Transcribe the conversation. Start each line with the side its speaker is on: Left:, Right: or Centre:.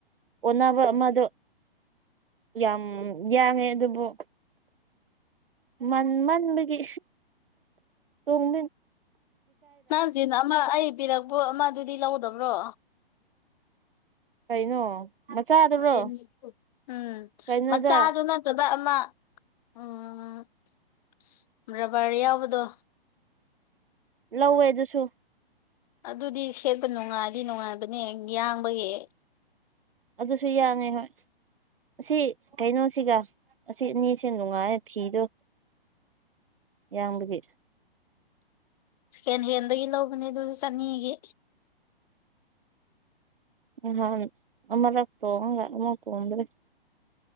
Right: ꯑꯣꯟꯅꯕ ꯑꯃꯗꯣ ꯌꯥꯝ ꯌꯥꯡꯉꯦ ꯑꯗꯨꯕꯨ ꯃꯟ ꯃꯟꯕꯒꯤ ꯇꯣꯡ
Left: ꯅꯪ ꯖꯤꯟ ꯑꯃ ꯑꯩ ꯄꯤꯔꯛꯄꯣ ꯑꯃ ꯑꯗꯨꯗꯤ ꯂꯧꯗꯕ꯭ꯔꯣ
Right: ꯀꯩꯅꯣ꯫ ꯃꯆꯥꯗꯨꯔꯣ
Left: <unintelligible> ꯑ
Right: ꯀꯩꯅꯣꯗ
Left: ꯃꯆꯥꯗꯨ ꯅꯠ ꯇꯕ ꯑꯃ ꯎꯝ ꯔꯕ꯭ꯔ ꯌꯥꯎꯕꯗꯣ
Right: ꯂꯧꯋꯦ ꯑꯗꯨꯁꯨ
Left: ꯑꯗꯨꯗꯤ ꯁꯦꯠꯄ ꯅꯨꯡꯉꯥꯏꯗꯤ ꯅꯨꯡꯉꯥꯏꯕꯅꯦ ꯌꯥꯡꯕꯒꯤ
Right: ꯑꯗꯨꯁꯨ ꯌꯥꯡꯉꯦ ꯍꯣꯏ ꯑꯁꯤ ꯀꯩꯅꯣꯁꯤꯒ ꯑꯁꯤ ꯑꯅꯤꯁꯦ ꯅꯨꯡꯉꯥꯏ ꯐꯤꯗꯣ <unintelligible>
Left: ꯍꯦꯟ ꯍꯦꯟꯗꯒꯤ ꯂꯧꯕꯅꯦ ꯑꯗꯨ ꯆꯅꯤꯒꯤ
Right: <unintelligible>